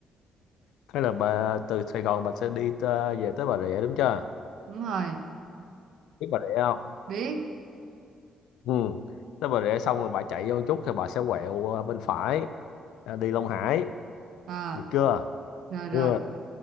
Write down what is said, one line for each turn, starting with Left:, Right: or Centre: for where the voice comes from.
Left: cái là bà từ Sài Gòn bà sẽ đi tơ- về tới Bà Rịa đúng chưa
Right: đúng rồi,
Left: biết Bà Rịa không
Right: biết.
Left: ừ tới Bà Rịa xong rồi bà chạy vô một chút thì bà sẽ quẹo ờ, bên phải ờ, đi Long Hải
Right: À,
Left: được chưa
Right: rồi rồi.
Left: ừ.